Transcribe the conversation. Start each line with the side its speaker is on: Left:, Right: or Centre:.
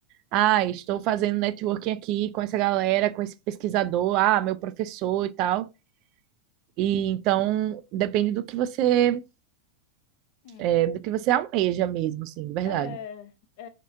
Right: ah, estou fazendo networking aqui com essa galera, com esse pesquisador, ah, meu professor e tal. E
Left: Hum,
Right: então depende do que você,
Left: Hum.
Right: é, do que você almeja mesmo, assim, de verdade.
Left: É, é,